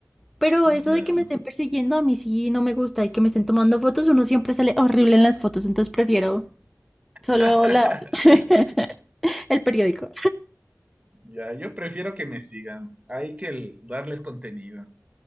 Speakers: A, in the centre; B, on the right.
A: Pero eso
B: Ya.
A: de que me estén persiguiendo, a mí sí no me gusta. Y que me estén tomando fotos, uno siempre sale horrible en las fotos. Entonces prefiero solo
B: <laughs>
A: la... <laughs> el periódico.
B: Ya, yo prefiero que me sigan. Hay que l- darles contenido,